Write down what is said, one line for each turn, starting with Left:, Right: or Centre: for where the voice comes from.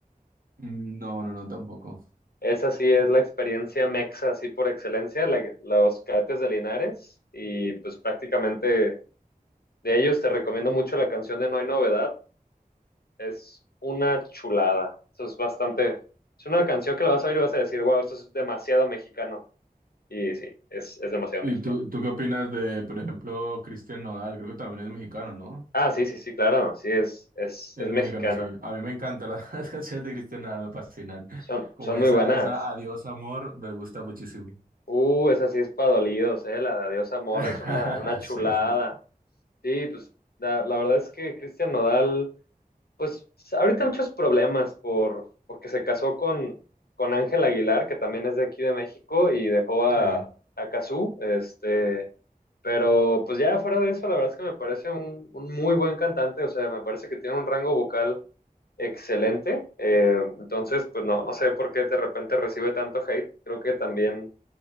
Right: Mm, No, no, no, tampoco.
Left: Esa sí es la experiencia mexa, así por excelencia, la- los Cadetes de Linares. Y pues prácticamente De ellos te recomiendo mucho la canción de No hay novedad. Es una chulada. Eso es bastante. Es una canción que la vas a oír y vas a decir, wow, esto es demasiado mexicano. Y sí, es, es demasiado
Right: ¿Y
Left: mexicano.
Right: tú, tú qué opinas de, por ejemplo, Cristian Nodal? Creo que también es mexicano, ¿no?
Left: Ah, sí, sí, sí, claro. Sí, es, es,
Right: Él
Left: es
Right: es
Left: mexicana.
Right: mexicano, sí. A mí me encantan las, <laughs> las canciones de Cristian Nodal, me fascinan.
Left: Son,
Right: Como
Left: son
Right: esa,
Left: muy buenas.
Right: esa Adiós amor, me gusta muchísimo.
Left: Uh, esa sí es para dolidos, eh. La de Adiós Amor
Right: <laughs>
Left: es una, una chulada.
Right: Sí, sí,
Left: Sí, pues la, la verdad es que Cristian Nodal Pues ahorita muchos problemas por, porque se casó con, con Ángel Aguilar, que también es de aquí de México, y dejó a,
Right: sí.
Left: a Cazú, este, pero pues ya fuera de eso, la verdad es que me parece un, un muy buen cantante, o sea, me parece que tiene un rango vocal excelente, eh, entonces pues no, no sé por qué de repente recibe tanto hate, creo que también